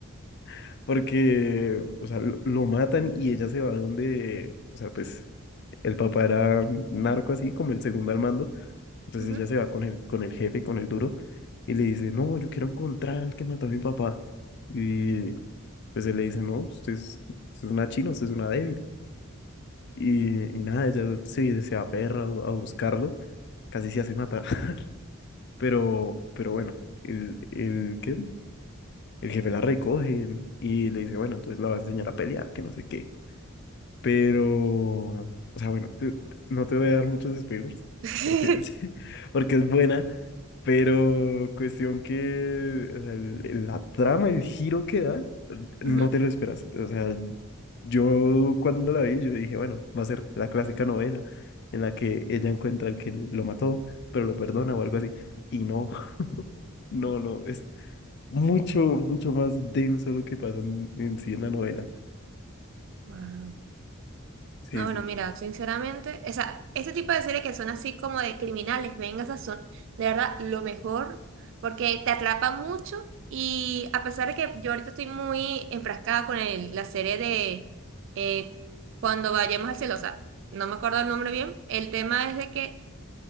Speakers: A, on the left; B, on the right.
A: <laughs> porque, o sea, lo, lo matan y ella se va donde, o sea, pues el papá era narco así, como el segundo al mando. Entonces
B: Ujú.
A: ella se va con el, con el jefe, con el duro, y le dice, no, yo quiero encontrar al que mató a mi papá. Y pues él le dice, no, usted es, usted es una china, usted es una débil. Y, y nada, ella se, se aferra a a buscarlo, casi se hace matar. <laughs> Pero, pero bueno, el, el, ¿qué? El jefe la recoge y le dice, bueno, entonces la va a enseñar a pelear, que no sé qué. Pero, o sea, bueno, yo no te voy a dar muchos spoilers,
B: <laughs>
A: porque, <laughs> porque es buena. Pero cuestión que, o sea, el- el- la trama, el giro que da, no
B: Ujú.
A: te lo esperas. O sea, yo cuando la vi, yo dije, bueno, va a ser la clásica novela en la que ella encuentra al que lo mató, pero lo perdona o algo así. Y no, <laughs> no, no, es mucho, mucho más denso lo que pasa en, en sí en la novela.
B: Wow.
A: Sí,
B: No, bueno,
A: sí.
B: mira, sinceramente, o sea, ese tipo de series que son así como de criminales, vengas son de verdad lo mejor, porque te atrapa mucho y a pesar de que yo ahorita estoy muy enfrascada con el- la serie de eh, Cuando vayamos al cielo, o sea, no me acuerdo el nombre bien, el tema es de que